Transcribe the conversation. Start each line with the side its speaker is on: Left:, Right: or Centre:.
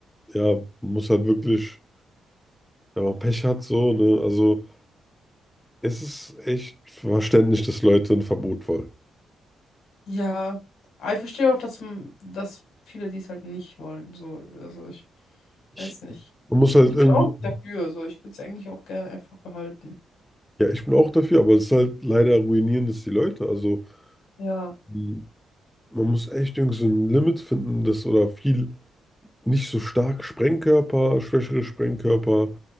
Centre: ja, man muss halt wirklich, wenn man Pech hat, so, ne? Also es ist echt verständlich, dass Leute ein Verbot wollen.
Left: Ja. Aber ich verstehe auch, dass, m- dass viele dies halt nicht wollen. So, also ich weiß
Centre: Ich,
Left: nicht.
Centre: Man muss halt
Left: Ich
Centre: irgendwie,
Left: bin auch nicht dafür. So, ich würde es eigentlich auch gerne einfach behalten.
Centre: ja, ich bin auch dafür, aber es ist halt leider ruinierend, dass die Leute, also
Left: Ja.
Centre: mh, man muss echt irgendwie so ein Limit finden, das oder viel nicht so stark Sprengkörper, schwächere Sprengkörper,